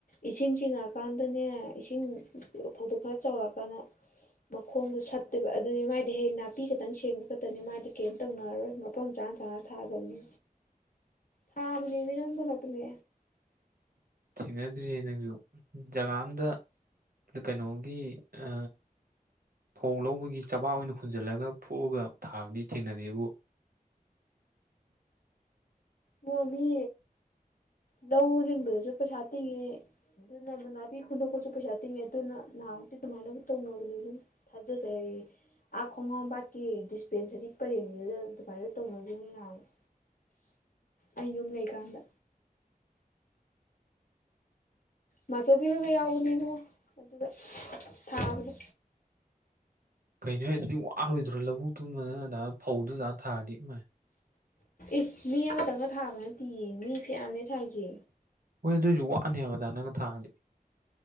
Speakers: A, on the left; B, on the right.
A: ꯏꯁꯤꯡ ꯆꯤꯡꯉꯛꯑꯀꯥꯟꯗꯅꯦ ꯏꯁꯤꯡ ꯐꯧꯗꯣ ꯈꯔ ꯆꯥꯎꯔꯛꯑꯀꯥꯟꯗ ꯃꯈꯣꯡꯗꯨ ꯁꯠꯇꯣꯏꯕ ꯑꯗꯨꯗꯤ ꯃꯥꯥꯏꯗꯤ ꯍꯦꯌꯦꯡ ꯅꯥꯄꯤ ꯈꯛꯇꯪ ꯁꯦꯡꯕ ꯈꯛꯇꯅꯤ ꯃꯥꯗꯤ ꯀꯩꯝ ꯇꯧꯅꯔꯔꯣꯏ ꯃꯐꯝ ꯆꯥꯅ ꯆꯥꯅ ꯊꯥꯒ꯭ꯔꯝꯅꯤ
B: <inaudible>
A: ꯁꯥꯕꯅꯦ ꯃꯤ ꯅꯪꯕꯨ ꯂꯣꯛꯇꯅꯦ
B: ꯊꯦꯡꯅꯗ꯭ꯔꯤꯌꯦ ꯅꯪꯁꯨ ꯖꯒꯥ ꯑꯝꯗ ꯀꯩꯅꯣꯝꯒꯤ ꯑ ꯐꯧ ꯂꯧꯕꯒꯤ ꯆꯕꯥꯥꯛ ꯑꯣꯏꯅ ꯍꯨꯟꯖꯜꯂꯒ ꯐꯨꯛꯑꯒ ꯊꯥꯕꯗꯤ ꯊꯦꯡꯅꯔꯦꯕꯨ
A: ꯕꯣ ꯃꯤ ꯂꯧ ꯂꯤꯡꯕꯗꯁꯨ ꯄꯩꯁꯥ ꯇꯤꯡꯉꯤ ꯑꯗꯨꯅ ꯃ ꯅꯥꯕꯤ ꯈꯨꯟꯗꯣꯛꯄꯁꯨ ꯄꯩꯁꯥ ꯇꯤꯡꯉꯦ ꯑꯗꯨꯅ ꯅꯍꯥꯟꯃꯨꯛꯇꯤ ꯑꯗꯨꯃꯥꯏꯅꯕꯨ ꯇꯧꯅꯕꯅꯦ ꯑꯗꯨꯝ ꯊꯥꯖꯗꯕꯒꯤ ꯑꯥ ꯈꯣꯡꯉꯥꯝꯕꯥꯠꯀꯤ ꯗꯤꯁꯄꯦꯟꯁꯔꯤ ꯄꯔꯦꯡꯗꯨꯗ ꯑꯗꯨꯃꯥꯏꯅ ꯇꯧꯅꯒꯤꯝꯅꯤ ꯉꯍꯥꯟꯃꯨꯛ ꯑꯩ ꯌꯨꯝ ꯂꯩꯀꯥꯟꯗ ꯃꯥꯆꯧꯕꯤꯍꯣꯏꯒ ꯌꯥꯎꯕꯅꯤ ꯏꯕꯨꯡꯉꯣ ꯑꯗꯨꯗ ꯊꯥꯕꯗꯣ
B: ꯀꯩꯅꯣ ꯍꯦ ꯑꯗꯨꯗꯤ ꯋꯥꯔꯣꯏꯗ꯭ꯔꯣ ꯂꯧꯕꯨꯛꯛꯇꯨꯝꯕꯅ ꯑꯗꯥ ꯐꯧꯗꯨꯗꯥ ꯊꯥꯔꯗꯤ ꯏ ꯃꯥꯏ
A: ꯏꯁ ꯃꯤ ꯑꯃꯇꯪꯅ ꯊꯥꯕ ꯅꯠꯇꯝꯌꯦ ꯃꯤ ꯐꯌꯥꯝꯅꯦ ꯊꯥꯏꯁꯦ
B: ꯍꯣꯏ ꯑꯗꯨꯏꯁꯨ ꯋꯥꯠꯅꯦꯕ ꯑꯗꯥꯏꯅꯒ ꯊꯥꯔꯗꯤ